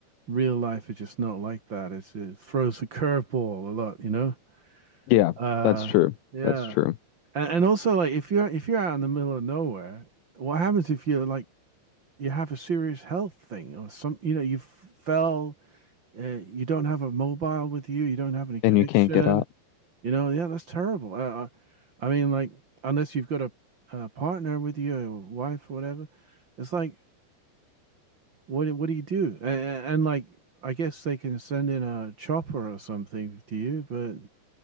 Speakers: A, on the right; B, on the left.
A: real life is just not like that. It's, it throws a curveball a lot, you know?
B: yeah,
A: Uh,
B: that's true.
A: yeah.
B: That's true.
A: And, and also like if you're if you're out in the middle of nowhere, what happens if you're like you have a serious health thing or some, you know, you fell, uh, you don't have a mobile with you, you don't have any connection,
B: And you can't get up.
A: you know? Yeah, that's terrible. Uh, uh, I mean, like unless you've got a, a partner with you, or wife or whatever, it's like What do- what do you do? And, and like, I guess they can send in a chopper or something to you, but